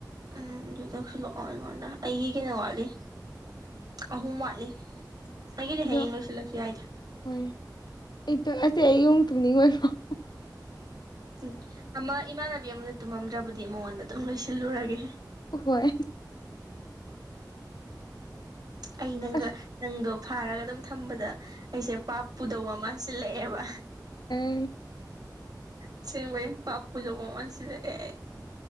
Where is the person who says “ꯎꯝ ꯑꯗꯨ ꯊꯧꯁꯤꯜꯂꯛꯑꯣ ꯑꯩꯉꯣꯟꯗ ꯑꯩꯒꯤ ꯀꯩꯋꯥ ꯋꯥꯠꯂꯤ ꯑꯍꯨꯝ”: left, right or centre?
Right